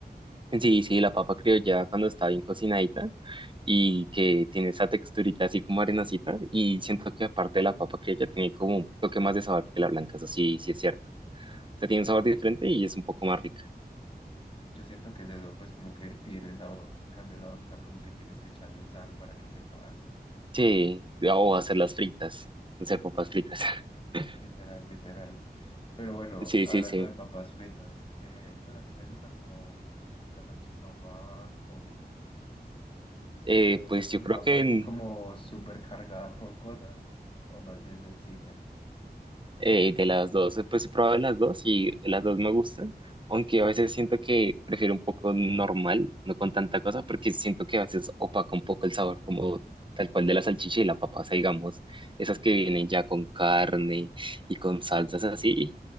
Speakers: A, on the right; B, on the left.
A: Sí, sí, la papa criolla cuando está bien cocinadita y que tiene esa texturita así como arenosita y siento que aparte de la papa criolla tiene como un toque más de sabor que la blanca, eso sí, sí es cierto. O sea, tiene un sabor diferente y es un poco más rica.
B: Yo siento que es eso, pues como que tiene sabor, en cambio la otra como que tienes que echarle sal para que sepa algo.
A: Sí, o hacer las fritas, hacer papas fritas. <laughs>
B: Literal, literal. Pero bueno,
A: Sí,
B: hablando
A: sí, sí.
B: de papas fritas, eh, pues a ti te gusta como la salchipapa, cómo tipo
A: Eh, pues
B: salchipapa
A: yo creo que
B: así como súper cargada con cosas o más bien sencilla.
A: Eh, de las dos, eh, pues he probado las dos y las dos me gustan, aunque a veces siento que prefiero un poco normal, no con tanta cosa, porque siento que a veces opaca un poco el sabor, como tal cual de la salchicha y la papa, o sea, digamos, esas que vienen ya con carne y con salsas así,